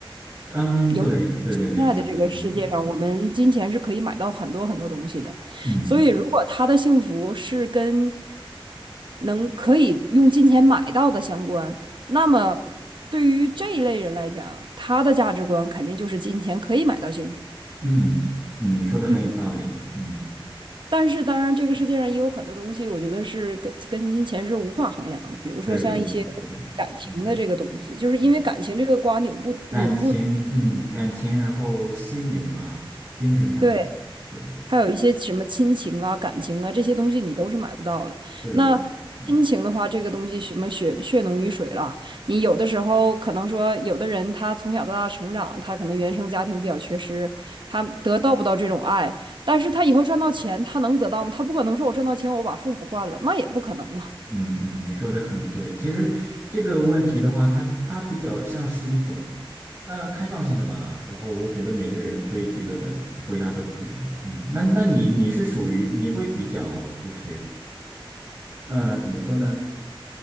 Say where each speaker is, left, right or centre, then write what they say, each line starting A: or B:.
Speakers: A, on the right; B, on the right.
A: 嗯，
B: 有现在的这个世界上，
A: 对对对对，是的，嗯嗯
B: 我们金钱是可以买到很多很多东西的，
A: 嗯
B: 所以如果他的幸福是跟能可以用金钱买到的相关，那么对于这一类人来讲，他的价值观肯定就是金钱可以买到幸福。
A: 嗯嗯，你说的很有道理。
B: 嗯，
A: 嗯，
B: 但是当然，这个世界上也有很多东西，我觉得是跟跟金钱是无法衡量的，比如说像一些
A: 对对对，是的，
B: 感情的这个东西，
A: 嗯
B: 就是因为感情这个瓜扭不扭不
A: 嗯，感情，嗯感情，然后心灵吧，精神上的，
B: 对。
A: 对
B: 还有一些什么亲情啊、感情啊这些东西，你都是买不到的。
A: 对对，
B: 那亲情的话，
A: 嗯。
B: 这个东西什么血血浓于水了，你有的时候可能说，有的人他从小到大成长，他可能原生家庭比较缺失，他得到不到这种爱，但是他以后赚到钱，他能得到吗？他不可能说我赚到钱，我把父母换了，那也不可能嘛。
A: 嗯嗯，你说的很对。其实这个问题的话，它它比较像是一种呃开放性的吧。然后我觉得每个人对这个的回答都不一样。嗯，那那你你是属于你会比较就是呃怎么说呢？